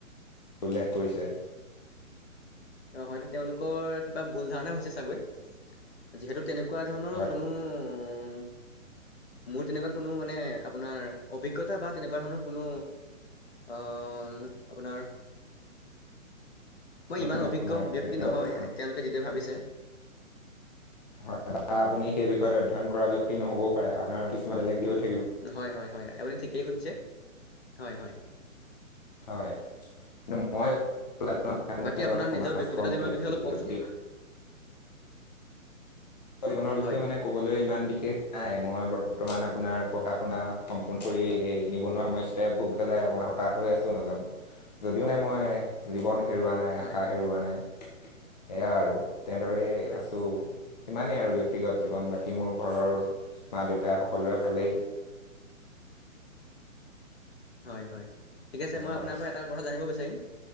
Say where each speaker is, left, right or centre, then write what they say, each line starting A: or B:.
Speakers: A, on the left; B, on the left.
A: উল্লেখ কৰিছে
B: অ হয়তো তেওঁলোকৰ কিবা ভুল ধাৰণা হৈছে চাগৈ যিহেতু তেনেকুৱা ধৰণৰ
A: হয়
B: কোনো উ মোৰ তেনেকুৱা কোনো মানে আপোনাৰ অভিজ্ঞতা বা তেনেকুৱা ধৰণৰ কোনো অ আপোনাৰ মই
A: মানে
B: ইমান
A: আপোনাৰ
B: অভিজ্ঞ ব্যক্তি নহয়
A: হয়
B: তেওঁলোকে যিটো ভাবিছে
A: হয় বা আপুনি সেই
B: হয়
A: বিষয়ত অধ্যয়ন কৰা ব্যক্তি নহ'বও পাৰে আপোনাৰ কিছুমান বেলেগ ব্য
B: হয় হয় হয় আপুনি ঠিকেই শুনিছে হয় হয়
A: হয়, কিন্তু মই <unintelligible>
B: বাকী
A: এজন
B: আপোনাৰ
A: সমাজকৰ্মী
B: নিজৰ ব্যক্তিগত জীৱনৰ
A: ব্যক্তি
B: বিষয়ে অলপ
A: বুলি
B: কওকচোন
A: জীৱনৰ বিষয়ে
B: হয়
A: মানে ক'বলৈ ইমান বিশেষ নাই মই বৰ্তমান আপোনাৰ পঢ়া-শুনা সম্পূৰ্ণ কৰি এই নিবনুৱা সমস্যাই লৈ পেলাই অকণমান হতাশ হৈ আছোঁ নিজক যদিও মানে মই জীৱন হেৰুৱা নাই
B: হয়,
A: আশা হেৰুৱা নাই সেয়া আৰু তেনেদৰেই
B: হয়,
A: আছোঁ। সিমানেই আৰু ব্যক্তিগত জীৱন বাকী মোৰ ঘৰৰ মা -দেউতা সকলোৰে ভালেই
B: হয় হয় ঠিক আছে
A: হয়
B: মই
A: হয়
B: আপোনাৰ পৰা এটা কথা জানিব বিচাৰিম